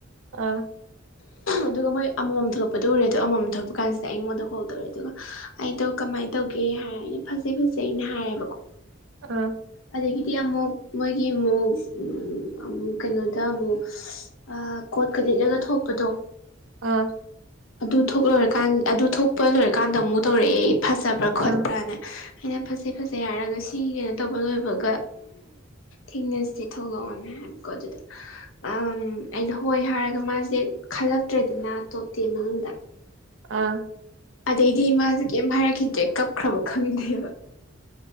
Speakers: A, on the right (about 80°); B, on the left (about 80°).
A: ꯑꯝ
B: ꯑꯗꯨꯒ ꯃꯣꯏ ꯑꯃꯃꯝ ꯊꯣꯛꯂꯛꯄꯗꯨ ꯎꯔꯦ ꯑꯗꯣ ꯑꯃꯃꯝ ꯊꯣꯛꯂꯄ ꯀꯥꯟꯁꯤꯗ ꯑꯩꯉꯣꯟꯗ ꯀꯣꯜ ꯇꯧꯔꯦ ꯑꯗꯨꯒ ꯑꯩꯗꯣ ꯀꯃꯥꯏꯟ ꯇꯧꯒꯦ ꯍꯥꯏꯔꯦ ꯑꯩꯅ ꯐꯖꯩ ꯐꯖꯩꯅ ꯍꯥꯏꯔꯦꯕꯀꯣ
A: ꯑꯥꯝ
B: ꯑꯗꯒꯤꯗꯤ ꯑꯃꯨꯛ ꯃꯣꯏꯒꯤ ꯃꯨꯛ ꯑꯃꯨꯛ ꯀꯩꯅꯣꯗ ꯑꯃꯨꯛ ꯑ ꯀꯣꯠꯀ ꯂꯤꯠꯂꯒ ꯊꯣꯛꯄꯗꯣ
A: ꯑꯥꯝ
B: ꯑꯗꯨ ꯊꯣꯛ ꯂꯣꯏꯔꯀꯥꯟ ꯑꯗꯨ ꯊꯣꯛꯄ ꯂꯣꯏꯔꯀꯥꯟꯗ ꯑꯃꯨꯛ ꯇꯧꯔꯛꯑꯦ ꯐꯖꯕ꯭ꯔꯥ ꯈꯣꯠꯄ꯭ꯔꯥꯅꯦ
A: ꯑꯥ
B: ꯑꯩꯅ ꯐꯖꯩ ꯐꯖꯩ ꯍꯥꯏꯔꯒ ꯁꯤ ꯀꯩꯅꯣ ꯇꯧꯕ ꯂꯣꯏꯕꯒ ꯊꯦꯡꯅꯁꯦ ꯊꯣꯛꯂꯛꯑꯣꯅ ꯍꯥꯏꯕꯀꯣ ꯑꯗꯨꯗ ꯑꯥꯝ ꯑꯩꯅ ꯍꯣꯏ ꯍꯥꯏꯔꯒ ꯃꯥꯖꯦ ꯈꯜꯂꯛꯇ꯭ꯔꯦꯗꯅ ꯇꯣꯞꯇꯦꯟ ꯃꯅꯨꯡꯗ
A: ꯑꯥ
B: ꯑꯗꯩꯗꯤ ꯃꯥꯖꯦ ꯀꯩꯝ ꯍꯥꯏꯔꯛꯈꯤꯗ꯭ꯔꯦ ꯀꯞꯈ꯭ꯔꯕ ꯈꯪꯗꯦꯕ